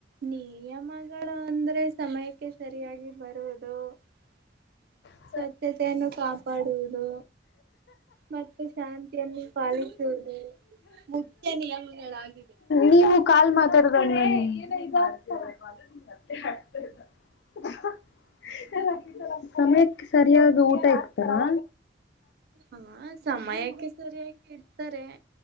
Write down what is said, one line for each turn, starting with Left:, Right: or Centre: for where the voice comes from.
Right: ನಿಯಮಗಳು ಅಂದ್ರೆ ಸಮಯಕ್ಕೆ ಸರಿಯಾಗಿ ಬರುವುದು <inaudible>
Left: <unintelligible>
Right: ಕಾಪಾಡುವುದು ಮತ್ತು ಶಾಂತಿಯನ್ನು ಪಾಲಿಸುವುದು ಮುಖ್ಯ ನಿಯಮಗಳಾಗಿವೆ
Left: ನೀವು ಕಾಲ್ ಮಾತಾಡದವ್ಣೆ <unintelligible> ಸಮಯಕ್ಕೆ ಸರಿಯಾಗಿ ಊಟ ಇಕ್ತಾರಾ
Right: ಹಾ ಸಮಯಕ್ಕೆ ಸರಿಯಾಗಿ ಇಡ್ತಾರೆ